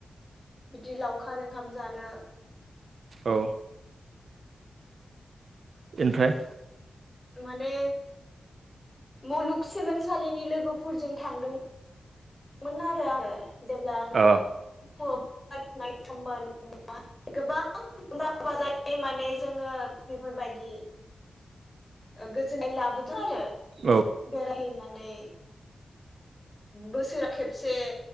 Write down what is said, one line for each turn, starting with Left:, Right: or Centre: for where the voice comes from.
Left: बिदि लावखार ओंखाम जानो
Right: औ ओनिफ्राय
Left: माने मुलुगसोलोंसालिनि लोगोफोरजों थांदों मोन आरो आङो जेब्ला आङो
Right: अ
Left: <unintelligible> <unintelligible> माने जोङो बेफोरबायदि ओ गोजोननाय लाबोदो आरो
Right: औ
Left: बेरायहैनानै बोसोराव खेबसे